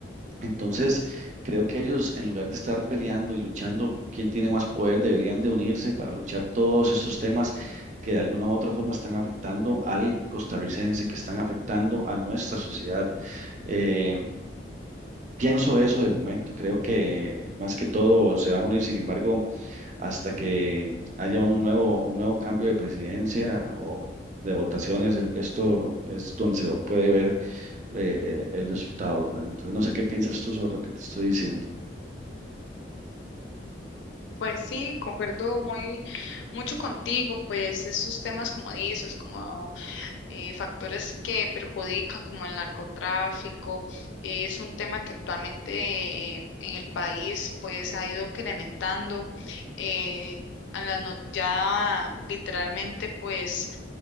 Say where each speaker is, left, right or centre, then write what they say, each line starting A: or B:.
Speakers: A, on the right (about 40°); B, on the left (about 75°).
A: Entonces, creo que ellos, en lugar de estar peleando y luchando quién tiene más poder, deberían de unirse para luchar todos estos temas que de alguna u otra forma están afectando al costarricense, que están afectando a nuestra sociedad. Eh, pienso eso de momento, creo que más que todo se van a unir, sin embargo hasta que haya un nuevo, un nuevo cambio de presidencia o de votaciones, e- esto es donde se puede ver eh, eh, el resultado, ¿verdad? Entonces, no sé qué piensas tú sobre lo que te estoy diciendo.
B: Pues sí, concuerdo muy mucho contigo, pues estos temas como dices, como eh, factores que perjudican como el narcotráfico, eh, es un tema que actualmente eh, en el país pues ha ido incrementando. eh, a la no- ya literalmente pues